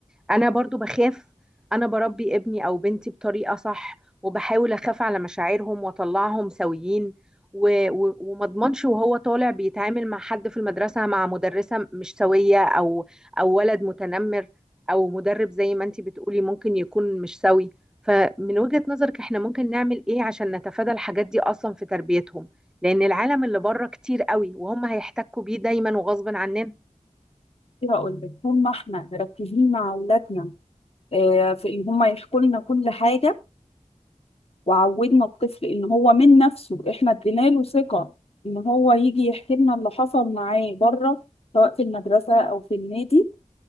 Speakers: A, in the centre; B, on the left (about 50°).
A: انا برضو بخاف انا بربي ابني او بنتي بطريقة صح وبحاول اخاف على مشاعرهم واطلعهم سويين و- و- وما اضمنش وهو طالع بيتعامل مع حد في المدرسة مع مدرسة مش سوية او او ولد متنمر او مدرب زي ما انتي بتقولي ممكن يكون مش سوي فمن وجهة نظرك احنا ممكن نعمل ايه عشان نتفادى الحاجات دي اصلا في تربيتهم لان العالم اللي بره كتير قوي وهم هيحتكوا بيه دايما وغصب عننا
B: هقول لك طول ما احنا مركزين مع أولادنا آه، في إن هم يحكوا لنا كل حاجة وعودنا الطفل ان هو من نفسه احنا ادينا له ثقة ان هو يجي يحكي لنا اللي حصل معاه بره سواء في المدرسة او في النادي